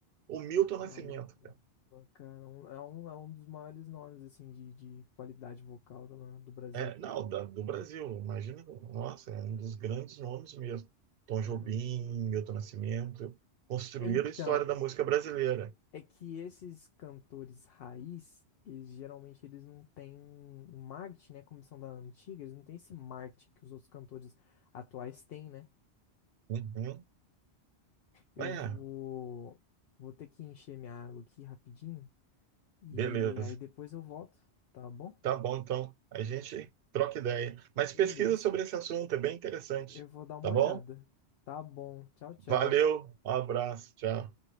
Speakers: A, on the right (about 65°); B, on the left (about 65°).
A: O Milton Nascimento,
B: Caramba,
A: cara.
B: cara, um- é um, é um dos maiores nomes assim de, de qualidade vocal do, do Brasil.
A: É, não, da- do Brasil, imagina, nossa, é um dos grandes nomes mesmo. Tom
B: Caramba.
A: Jobim, Milton Nascimento, construíram
B: Então,
A: a história da música brasileira.
B: é que esses cantores raiz, eles geralmente eles não têm um um marketing, né? Como são da antiga, eles não têm esse marketing que os outros cantores atuais têm, né?
A: Uhum.
B: Eu
A: Ah, É,
B: vou, vou ter que encher minha água aqui rapidinho e
A: beleza.
B: aí depois eu volto, tá bom?
A: Tá bom, então. A gente troca ideia. Mas
B: Beleza.
A: pesquisa sobre esse assunto, é bem interessante.
B: Eu vou dar uma
A: Tá
B: olhada.
A: bom?
B: Tá bom. Tchau, tchau.
A: Valeu, um abraço, tchau.